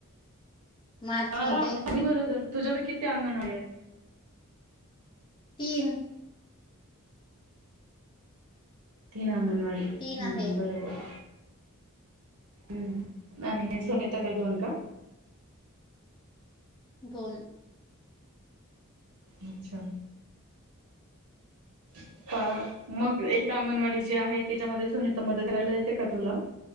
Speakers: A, on the left; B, on the right.
A: मार्च
B: बारा
A: मध्ये
B: मी गरोदर तुझ्याकडे किती अंगणवाड्या आहेत.
A: तीन.
B: तीन अंगणवाडीत,
A: तीन
B: हम
A: आहे
B: बरोबर. हम्म आणि सुनीताचे दोन का?
A: दोन.
B: अच्छा! <inaudible> मग एक अंगणवाडी जी आहे, तिच्यामध्ये सुनीता मदत करायला येते का तुला?